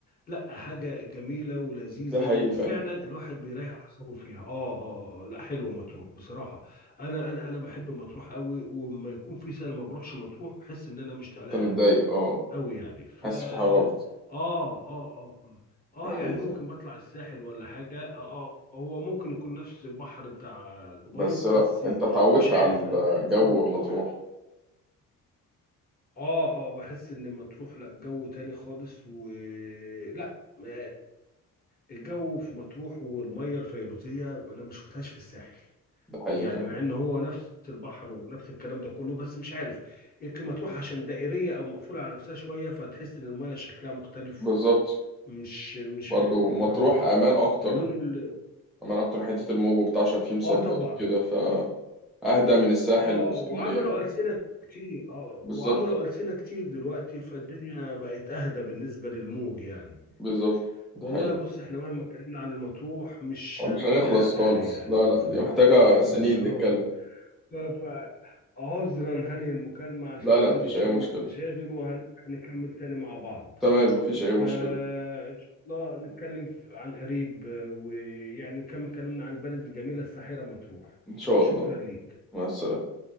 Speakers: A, on the left; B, in the centre.
A: لا حاجه جميله ولذيذه
B: ده حقيقي
A: وفعلا
B: فعلا
A: الواحد بيريح اعصابه فيها اه اه آه، آه، لا حلوه مطروح بصراحه انا انا انا بحب مطروح قوي ولما يكون في سنه ما بروحش مطروح بحس ان انا مشتاق
B: انت
A: لها
B: متضايق
A: قوي
B: اه
A: قوي يعني ف
B: حاسس
A: اه
B: في حاجة غلط
A: اه اه اه آه،
B: ده حقيقي
A: يعني
B: فعلا
A: ممكن بطلع الساحل ولا حاجة اه آه، هو ممكن يكون نفس البحر بتاع الأبيض
B: بس لا
A: بس
B: انت اتعودت
A: مش عارف
B: على
A: انا بحس
B: الجو
A: ان مطروح
B: مطروح
A: اه اه بحس ان مطروح لا جو تاني خالص و لا ما الجو في مطروح والمية الفيروزية انا ما شفتهاش في الساحل
B: ده حقيقي
A: يعني
B: فعلا
A: مع ان هو نفس البحر ونفس الكلام ده كله بس مش عارف يمكن مطروح عشان دائرية او مقفولة على نفسها شوية فتحس ان المية شكلها مختلف
B: بالظبط
A: مش مش
B: برضو
A: عارف يعني
B: مطروح
A: اه
B: امان اكتر
A: اللون ال...
B: امان اكتر حتة الموج وبتاع عشان فيه مصدات
A: اه طبعا
B: وكده فاهدى من الساحل
A: اه
B: واسكندرية
A: وعملوا
B: يعني
A: ألسنة كتير اه
B: بالظبط
A: وعملوا ألسنة كتير دلوقتي فالدنيا بقت أهدى بالنسبة للموج يعني
B: بالظبط ده
A: والله
B: حقيقي
A: بص احنا مهما اتكلمنا عن المطروح مش
B: مش
A: هنديها
B: هنخلص
A: حقها
B: خالص
A: يعني
B: لا
A: واخد
B: لا دي محتاجة
A: بالك ازاي
B: سنين
A: بس اه
B: نتكلم
A: ف- فعذرا هنهي المكالمة عشان
B: لا
A: عندي
B: لا مفيش
A: شوية
B: أي مشكلة
A: مشاغل وهنكمل تاني مع بعض
B: تمام مفيش أي
A: فإن
B: مشكلة
A: شاء الله نتكلم ف- عن قريب آه، ويعني نكمل كلامنا عن البلد الجميلة الساحرة مطروح
B: إن شاء
A: شكرا
B: الله
A: ليك
B: مع السلامة